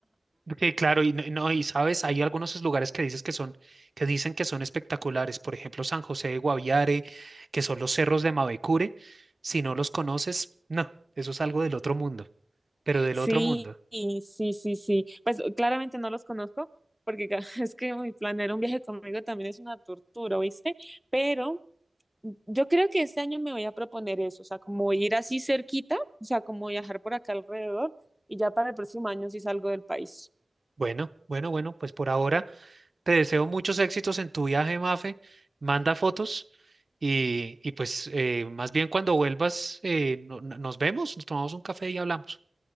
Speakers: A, on the right; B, in the centre.
A: Que claro, y no, y no, y sabes, hay algunos lugares que dices que son, que dicen que son espectaculares, por ejemplo, San José de Guaviare, que son los cerros de Mavecure. Si no los conoces, no, eso es algo del otro mundo, pero del
B: Sí,
A: otro mundo.
B: y sí, sí, sí. Pues claramente no los conozco, porque ca- <laughs> es que uy, planear un viaje conmigo también es una tortura, ¿viste? Pero mm, yo creo que este año me voy a proponer eso, o sea, como ir así cerquita, o sea, como viajar por acá alrededor, y ya para el próximo año sí salgo del país.
A: Bueno, bueno, bueno, pues por ahora te deseo muchos éxitos en tu viaje, Mafe. Manda fotos y, y pues eh, más bien cuando vuelvas, eh, no- no- nos vemos, nos tomamos un café y hablamos.